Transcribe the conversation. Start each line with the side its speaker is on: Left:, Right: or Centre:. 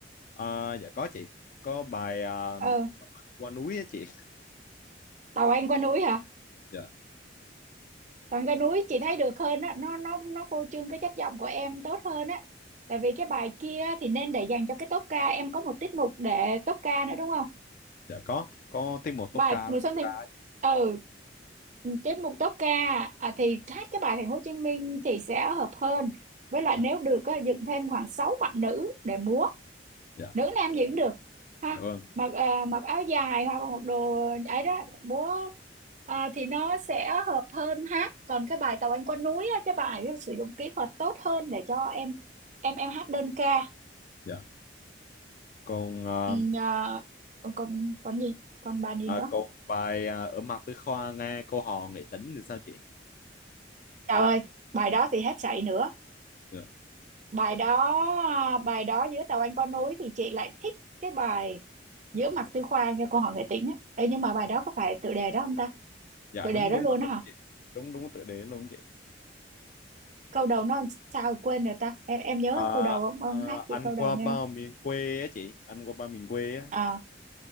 Left: Ờ, dạ có chị có bài ờ,
Right: Ừ,
Left: qua núi á chị
Right: Tàu Anh qua núi hả?
Left: dạ
Right: còn cái núi chị thấy được hơn á nó nó nó phô trương cái chất giọng của em tốt hơn á tại vì cái bài kia thì nên để dành cho cái tốp ca em có một tiết mục để tốp ca nữa đúng không
Left: dạ có có tiết mục tốp
Right: bài
Left: ca
Right: mùa
Left: với
Right: xuân
Left: song
Right: thì
Left: ca á chị.
Right: ừ tiết mục tốp ca à, thì hát cái bài thành phố Hồ Chí Minh thì sẽ hợp hơn với lại
Left: dạ
Right: nếu được á, dựng thêm khoảng 6 bạn nữ để múa
Left: dạ
Right: nữ nam gì cũng được ha
Left: dạ vâng
Right: mặc ờ, mặc áo dài hoặc mặc đồ ấy đó bố ờ, thì nó sẽ hợp hơn hát còn cái bài tàu anh qua núi á, cái bài ấy sử dụng kỹ thuật tốt hơn để cho em em em hát đơn ca
Left: dạ còn ờ,
Right: ừ, ờ, còn còn còn gì còn bài gì
Left: à,
Right: nữa
Left: câu bài à, ở mặt tư khoa nghe câu hò nghệ tính thì sao chị
Right: trời ơi bài đó thì hết sảy nữa
Left: Dạ
Right: bài đó à, bài đó giữa tàu anh qua núi thì chị lại thích cái bài giữa mặt tư khoa nghe cô hỏi nghệ tĩnh á Ê, nhưng mà bài đó có phải tựa đề đó không ta
Left: Dạ,
Right: tựa
Left: đúng
Right: đề đó
Left: đúng
Right: luôn
Left: đó
Right: á
Left: đúng
Right: hả
Left: chị đúng đúng tựa đề luôn chị
Right: câu đầu nó làm sao rồi quên rồi ta em em nhớ
Left: à,
Right: câu đầu không ông
Left: à,
Right: hát chị
Left: anh
Right: câu
Left: qua
Right: đầu nghe
Left: bao
Right: không
Left: miền quê á chị anh qua bao miền quê á
Right: à